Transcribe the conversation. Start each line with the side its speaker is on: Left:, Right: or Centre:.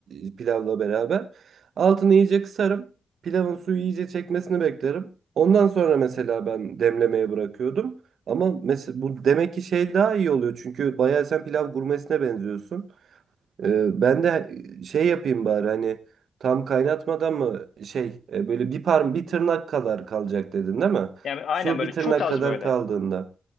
Right: e, pilavla beraber altını iyice kısarım. Pilavın suyu iyice çekmesini beklerim. Ondan sonra mesela ben demlemeye bırakıyordum. Ama mesela bu demek ki şey daha iyi oluyor. Çünkü bayağı sen pilav gurmesine benziyorsun. Ee, ben de e, şey yapayım bari hani tam kaynatmadan mı şey e, böyle bir parm bir tırnak kadar kalacak dedin değil mi?
Left: Yani aynen
Right: Su
Left: böyle
Right: bir tırnak
Left: çok az
Right: kadar
Left: böyle.
Right: kaldığında.